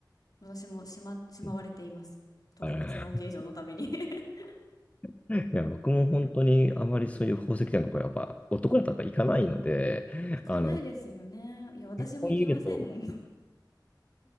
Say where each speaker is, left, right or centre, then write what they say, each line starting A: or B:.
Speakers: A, on the left; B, on the left.
A: 私もしま、しまわれています特別なオケージョンのために
B: うんあれ
A: <laughs>
B: <laughs> いや、僕も本当にあまりそういう宝石店のとこやっぱ男だとやっぱ行かないので、
A: 行かないですよねいや私も行きませんもん
B: あの、結婚指輪と、